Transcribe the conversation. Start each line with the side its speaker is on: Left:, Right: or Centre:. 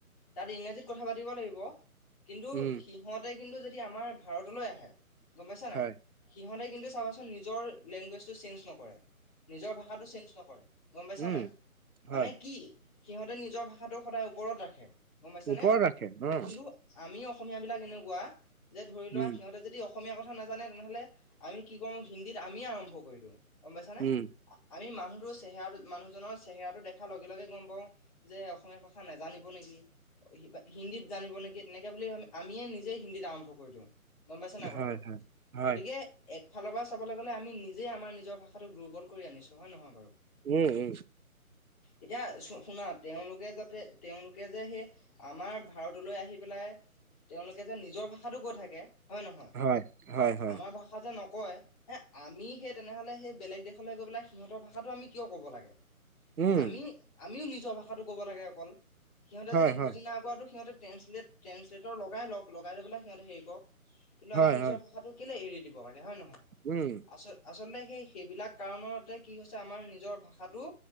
Left: তাত ইংৰাজীত কথা পাতিব লাগিব। কিন্তু
Right: উম,
Left: সিহঁতে কিন্তু যদি আমাৰ ভাৰতলৈ আহে গম পাইছা নাই?
Right: হয়,
Left: সিহঁতে কিন্তু চাবাচোন নিজৰ লেংগুৱেজটো চেঞ্জ নকৰে। নিজৰ ভাষাটো চেঞ্জ নকৰে গম পাইছা
Right: উম,
Left: নাই
Right: হয়,
Left: মানে কি? সিহঁতে নিজৰ ভাষাটো সদায় ওপৰত ৰাখে গম পাইছেনে
Right: ওপৰত ৰাখে অ',
Left: কিন্তু আমি অসমীয়া বিলাক এনেকুৱা যে ধৰি লোৱা
Right: উম,
Left: সিহঁতে অসম কথা নানে তেনেহলে আমি কি কৰ হিন্দীত আমিয়ে আৰম্ভ কৰি দিওঁ গম পাইছানে।
Right: উম,
Left: আমি মানুহটোৰ চেহেৰা, মানুহজনৰ চেহেৰাটো দেখাৰ লগে, লগে গম পাওঁ যে অসমীয়া ভাষা নোজানিব নেকি। হিন্দীত জানিব নেকি তেনেকে বুলি আমিয়ে নিজেই হিন্দীত আৰম্ভ কৰি দিওঁ। গম পাইছে নাই কথাটো
Right: হয়, হয়, হয়,
Left: গতিকে একফালৰ পৰা চাবলৈ গ'লে আমি নিজেই আমাৰ নিজৰ ভাষাটোক দুৰ্বল কৰি আনিছোঁ হয়, নহয় বাৰু
Right: উম,
Left: কথাটো।
Right: উম,
Left: এতিয়া শুনা তেওঁলোকে যাতে তেওঁলোকে যে সেই আমাৰ ভাৰতলৈ আহি পেলাই তেওঁলোকে যে নিজৰ ভাষাটো কৈ থাকে হয়, নহয়,
Right: হয়, হয়, হয়,
Left: আমাৰ ভাষা যে ন কয় হে আমি সেই তেনেহ'লে সেই বেলেগ দেশলৈ গৈ পেলাই সিহঁতৰ ভাষাটো আমি কিয় ক'ব লাগে।
Right: উম,
Left: আমিও, আমিও নিজৰ ভাষাটো ক'ব লাগে অকল সিহঁতে
Right: হয়,
Left: যদি
Right: হয়,
Left: বুজি নাপোৱাতটো সিহঁতে ট্ৰেন্ঞ্চলেট, ট্ৰেঞ্চলেটৰ লগাই, লওক লগাই পেলাই সিহঁতে হেৰি কৰক কিন্তু
Right: হয়,
Left: নিজৰ
Right: হয়,
Left: ভাষাটো কেলৈ এৰি দিওঁ দিব লাগে হয়, নহয়,
Right: উম,
Left: আ, আ আচলতে সেই সেইবিলাক কাৰণতে কি হৈছে আমাৰ নিজৰ ভাষাটো